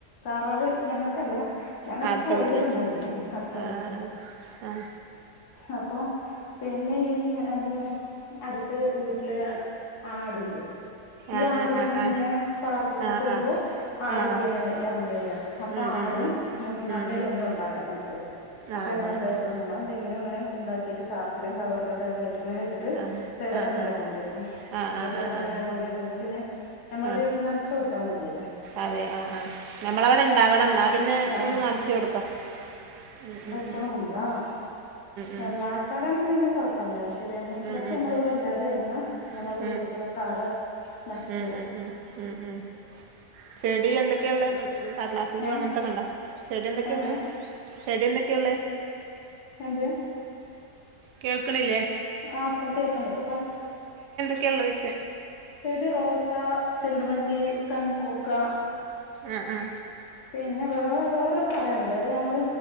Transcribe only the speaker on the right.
ആഹ് അടുത്ത
വീട്ടില്
ആഹ്
ആഹ്
ആഹ്
ആഹ്
ആഹ് ആഹ്
ആഹ് ആഹ്
ആഹ്
ആഹ്
ആഹ്
ഉം
ഉം ഉം
ഉം ഉം
ആഹ്
അതെ
ആഹ്
ആഹ്
ആഹ്
ആഹ് ആഹ് ആഹ്
ആഹ് ആഹ്
ആഹ്
ആഹ്
അതെ ആഹ് ആഹ് ഞമ്മള അവ്ടെ ഉണ്ടാവണം എന്നാ പിന്നെ
എന്നും നനച്ച് കൊടുക്കാം ഉം
ഉം
ഉം
ഉം ഉം
ഉം
ഉം
ഉം ഉം ഉം ഉം ചെടി എന്തൊക്കെയാള്ളേ കടലാസും പൂ
അങ്ങനത്തൊക്കെണ്ടോ ചെടി എന്തൊക്കെയള്ളേ
ചെടി എന്തൊക്കെയ്ള്ളേ
കേൾക്ക്ണില്ലേ?
ക്കെള്ളേയിച്ചേ
ആ ആ